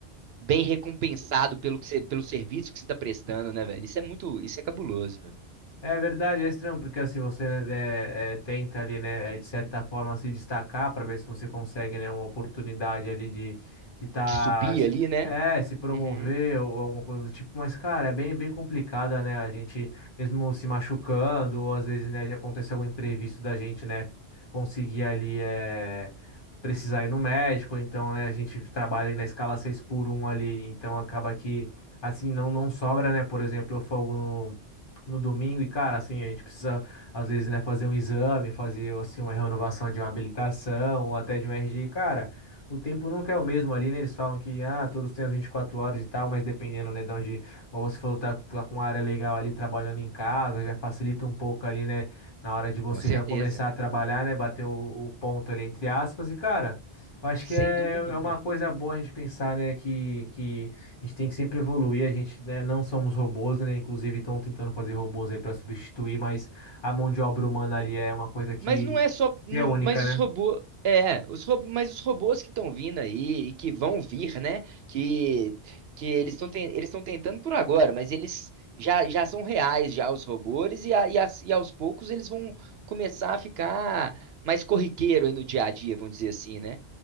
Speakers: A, on the right; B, on the left.
A: bem recompensado pelo que você, pelo serviço que você tá prestando, né, velho? Isso é muito, isso é cabuloso, velho.
B: É verdade, é estranho, porque assim você né, é, é, tenta ali, né, é, de certa forma se destacar para ver se você consegue, né, uma oportunidade ali de de tá,
A: De subir
B: se,
A: ali, né?
B: é, se promover
A: Uhum,
B: ou alguma coisa do tipo, mas cara, é bem bem complicada, né? A gente mesmo se machucando, ou às vezes, né, já acontece algum imprevisto da gente, né, conseguir ali é precisar ir no médico, então, né, a gente trabalha ali na escala 6 por um ali, então acaba que assim não não sobra, né? Por exemplo, eu folgo no no domingo e, cara, assim, a gente precisa, às vezes, né, fazer um exame, fazer, assim, uma renovação de uma habilitação ou até de um RG. Cara, o tempo nunca é o mesmo ali, né? Eles falam que, ah, todos têm as 24 horas e tal, mas dependendo, né, de onde, como você falou, tá, tá com uma área legal ali trabalhando em casa, já facilita um pouco ali, né, na hora de você
A: com certeza.
B: já começar a trabalhar, né, bater o, o ponto ali, entre aspas, e, cara... Eu acho
A: Sem
B: que é,
A: dúvida
B: é
A: nenhuma.
B: uma coisa boa a gente pensar, né, que, que a gente tem que sempre evoluir, a gente, né, não somos robôs, né? Inclusive estão tentando fazer robôs aí para substituir, mas a mão de obra humana ali é uma coisa que
A: Mas não é só, não-
B: que é única,
A: mas
B: né?
A: os robôs, é, os robôs, mas os robôs que estão vindo aí e que vão vir, né? Que que eles estão eles estão tentando por agora, mas eles já, já são reais já os robôs e, a- e, as- e aos poucos eles vão começar a ficar mais corriqueiro aí no dia a dia, vamos dizer assim, né?